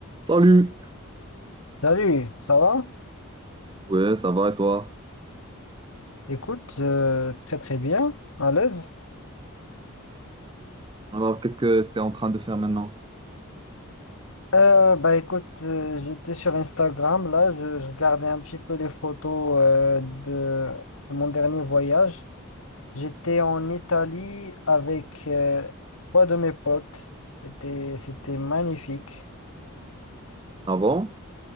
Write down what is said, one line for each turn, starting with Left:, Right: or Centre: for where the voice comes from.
Right: Salut!
Left: Salut, ça va?
Right: Ouais, ça va et toi?
Left: Écoute, euh, très très bien, à l'aise.
Right: Alors, qu'est-ce que tu es en train de faire maintenant?
Left: Euh, bah écoute, euh, j'étais sur Instagram, là, je, je regardais un petit peu les photos euh, de mon dernier voyage. J'étais en Italie avec euh, trois de mes potes. C'était c'était magnifique.
Right: Avant?